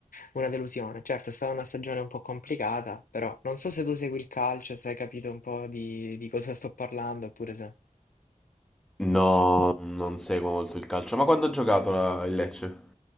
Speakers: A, on the left; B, in the centre.
A: una delusione. Certo, è stata una stagione un po' complicata, però non so se tu segui il calcio, se hai capito un po' di, di cosa sto parlando, oppure se...
B: No, non seguo molto il calcio. Ma quando ha giocato la- il Lecce?